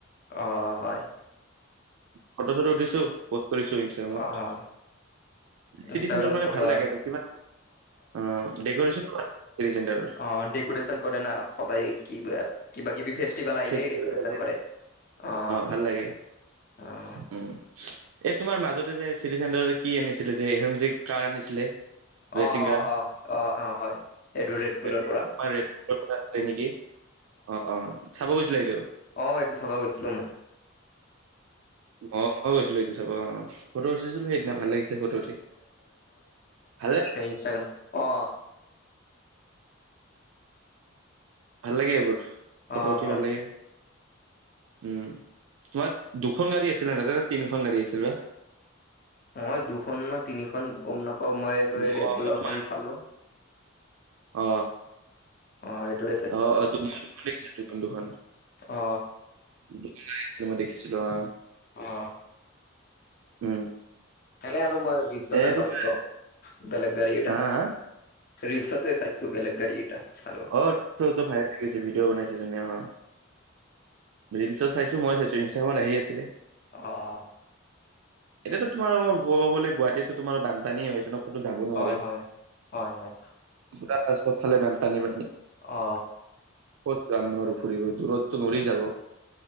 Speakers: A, on the left; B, on the right.
A: অ অ হয়
B: ফটো-চটো উঠিছো পোষ্ট কৰিছো ইন ষ্টাগ্ৰামত
A: অ অ
B: চিটি
A: ইনষ্টাগ্ৰাম
B: চেণ্টাৰত মানে
A: চলোৱা
B: ভাল লাগে আৰু কিবা, অ ডেকৰেচনটো ভাল চিটি চেণ্টাৰৰ
A: অ ডেক'ৰেচন কৰে না সদায় কিবা কিবাকিবি ফেষ্টিভেল আহিলেই
B: ফেষ্টিভেল
A: ডেকৰেচন
B: আছে,
A: কৰে। অ
B: ভাল লাগে
A: অ
B: উম এই তোমাৰ মাজতে যে চিটি চেণ্টাৰত যে কি আনিছিলে যে এখন যে কাৰ আনিছিলে ৰেচিংগাৰ
A: অ অ
B: তোমাৰ
A: অ অ অ হয় এইটো ৰেড বুলৰ পৰা
B: ৰেচিংগাৰ কথা‌ আছিলেনেকি অ অ চাব গৈছিলে সেইটো
A: অ এইটো চাব গৈছিলোঁ মই
B: অ ময়ো গৈছিলোঁ চাব অ ফটো উঠিছিলো সেইদিনা ভাল লাগিছে ফটো উঠি ভাল লাগ
A: সেই ইনষ্টাগ্ৰাম অ
B: ভাল লাগে এইবোৰ ফটো
A: অ
B: উঠি
A: হয়
B: ভাল লাগে উম তোমাৰ দুখন গাড়ী আছিলে না তিনিখন গাড়ী আছিল বা
A: মই দুখন না তিনিখন গম নাপাও মই এইটো
B: উম,
A: ৰেড
B: অ
A: বলৰ
B: তোমাৰ
A: খন চালো
B: অ
A: অ এটোৱে
B: অহ অহ তুমিও দুখন দেখিছা দুখন দুখন
A: অ
B: দুখন গড়ী আছিল মই দেখিছিলো অ
A: অ
B: উম
A: অনেই আৰু মই ৰিলচটে
B: এ তোমাৰ
A: চালোঁ চব বেলেগ গাৰি এটা
B: হা হা
A: ৰিলচতে চাইছো বেলেগা গড়ী এটা আৰু
B: অ তুটো ভাইৰেল হৈ গৈছে ভিডিঅ' বনাইছে যেনে অ ৰিলছট চাইছো মই চাইছো ইনষ্টাগ্ৰামত আহি আছিলে
A: অ
B: এতিয়াতো তোমাৰ ক'ব গলে গুৱাহাটীতো তোমাৰ বানীপানী হৈ আছে ন ক'তো যাব নোৱাৰে
A: হয় হয় হয় হয়
B: পুৰা চবফালে বানপানী পান
A: অ
B: ক'ত যাম নো আৰু ফুৰিব? দূৰতো নোৱাৰি যাব। <inaudible>